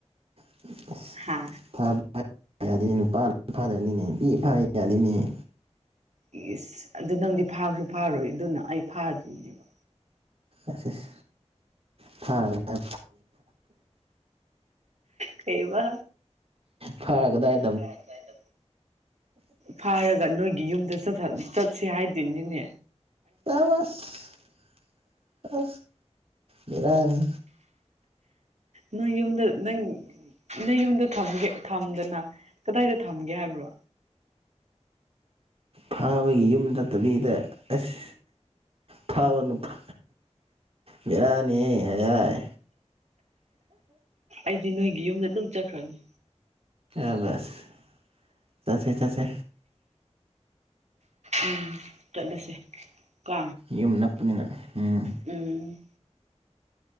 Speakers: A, on the right; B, on the right.
A: <unintelligible>
B: ꯍꯥ
A: ꯌꯗꯦꯅꯦ ꯅꯨꯄꯥ ꯐꯥꯗꯕꯅꯤꯅꯦ ꯅꯨꯄꯤ ꯐꯥ ꯌꯥꯗꯦꯅꯦꯍꯦ
B: ꯑꯤꯁ ꯑꯗꯨ ꯅꯪꯗꯤ ꯐꯥꯁꯨ ꯐꯥꯔꯣꯏ ꯑꯗꯨꯅ ꯑꯩ ꯐꯥꯗꯣꯏꯅꯦꯕ
A: ꯑꯁ ꯑꯁ ꯐꯥꯔ ꯀꯗꯥꯏ
B: ꯀꯩꯕ
A: ꯐꯒ ꯗꯥꯏ
B: ꯀꯥꯏ ꯀꯗꯥꯏꯗ ꯐꯥꯔꯒ ꯅꯣꯏꯒꯤ ꯌꯨꯝꯗ ꯆꯠꯁꯦ ꯍꯥꯏꯗꯨꯏꯅꯤꯅꯦ
A: ꯑꯁ ꯕꯦꯔꯥꯅꯤ
B: ꯅꯣꯏ ꯌꯨꯝꯗ ꯅꯪ ꯅꯣꯏ ꯌꯨꯝꯗꯒꯦ ꯊꯝꯗꯅ ꯀꯗꯥꯏꯗ ꯊꯝꯒꯦ ꯍꯥꯏꯕ꯭ꯔꯣ
A: ꯐꯕꯒꯤ ꯌꯨꯝ ꯆꯠꯇꯕꯤꯗ ꯑꯁ ꯐꯥꯕ ꯅꯨꯄꯥ ꯕꯤꯔꯅꯤꯍꯦ ꯍ ꯌꯥꯏ
B: ꯑꯩꯗꯤ ꯅꯣꯏꯒꯤ ꯌꯨꯝꯗ ꯑꯗꯨꯝ ꯆꯠꯈ꯭ꯔꯅꯤ
A: ꯑꯕꯁ ꯆꯠꯁꯦ ꯆꯠꯁꯦ
B: ꯎꯝ ꯆꯠꯂꯁꯦ ꯀꯣ
A: ꯌꯨꯝ ꯅꯞꯄꯅꯤꯅ ꯎꯝ
B: ꯎꯝ